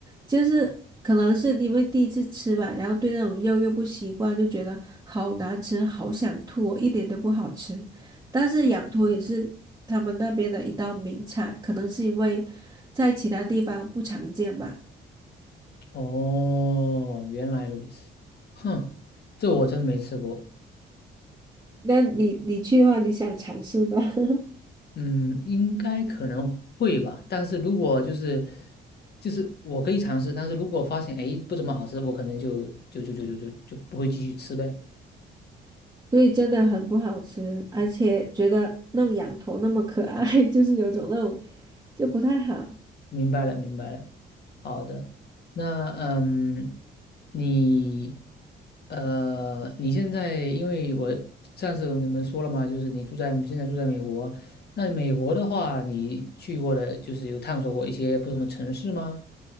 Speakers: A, on the right; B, on the left.
A: 就是可能是因为第一次吃吧，然后对那种肉又不习惯，就觉得好难吃，好想吐哦一点都不好吃。但是羊驼也是他们那边的一道名菜，可能是因为在其他地方不常见吧。
B: 哦，原来如此。哼，这我真没吃过。
A: 那你你去的话，你想尝试吗？<laughs>
B: 嗯，应该可能会吧，但是如果就是就是我可以尝试，但是如果发现哎不怎么好吃，我可能就就就就就就就不会继续吃呗。
A: 所以真的很不好吃，而且觉得那种羊驼那么可爱，<laughs> 就是有种那种就不太好。
B: 明白了，明白了。好的，那嗯，你呃你现在因为我上次有你们说了嘛，就是你住在现在住在美国，那美国的话，你去过的就是有探索过一些不同的城市吗？